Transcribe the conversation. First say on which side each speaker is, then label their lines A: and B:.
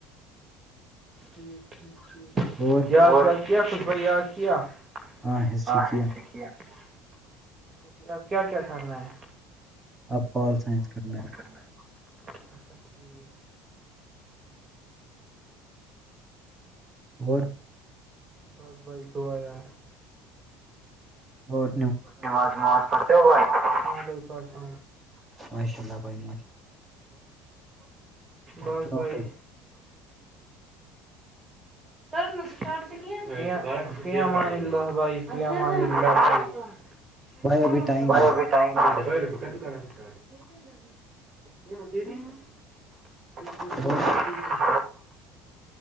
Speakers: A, on the right (about 35°); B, on the right (about 15°).
A: ٹھیک ٹھیک ٹھ
B: اورور
A: یا کیا کچھ بھائی یاد کیا
B: ہاں ہسٹری
A: ہ
B: کی ہے
A: کیا اچھا ٹھ اب کیا کیا کرنا ہے
B: اب پال سائنس کرنا ہے
A: اچھا ٹھیک
B: اور
A: دس بائی گوا یار
B: اور
A: نماز نماز پڑتے ہو بائی مبئی پتے
B: ماشاء اللہ بھن مشلہ
A: بس
B: سنو
A: بھائی
B: پھر
A: <inaudible> ال بھائی
B: ابھی ٹائم ہے
A: ف <inaudible> ج
B: بھائی
A: س
B: اور